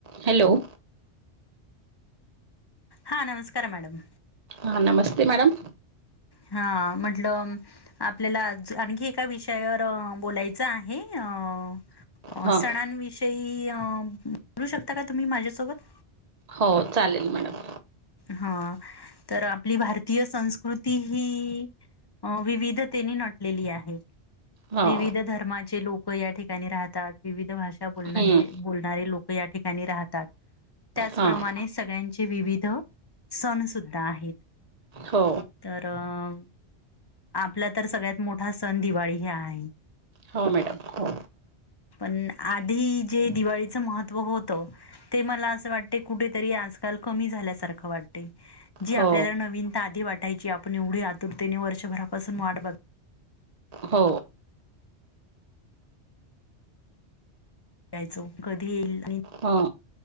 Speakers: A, on the right; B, on the left.
A: Hello.
B: हा नमस्कार madam.
A: हा नमस्ते मॅडम.
B: हा म्हटलं आपल्याला आज आणखी एका विषयावर अ बोलायचं आहे हो
A: हां
B: सणांविषयी बोलू शकता का तुम्ही माझ्यासोबत
A: हो चालेल मॅडम
B: हा तर आपली भारतीय संस्कृती ही अं विविधतेने नटलेली आहे
A: हां
B: विविध धर्माचे लोक या ठिकाणी राहतात विविध भाषा बोलणारे
A: हम्म
B: बोलणारे लोक ठिकाणी रातात त्याच
A: हां
B: प्रमाणे सगळ्या चे विविध सण सुद्धा आहेत
A: हो
B: तर अ आपला तर सगळ्यात मोठा सण दिवाळी ह्या आहे
A: हो मॅडम हो
B: पण आधी जे दिवाळीचं महत्व होतं ते मला असं वाटते कुठेतरी आजकाल कमी झाल्यासारखं वाटते जी आपल्याला
A: हो
B: नवीनता आधी वाटायची आपण एवढी आतुरतेने व च्याभरापासून वाट बघली
A: हो
B: यचो कधी येईल
A: हा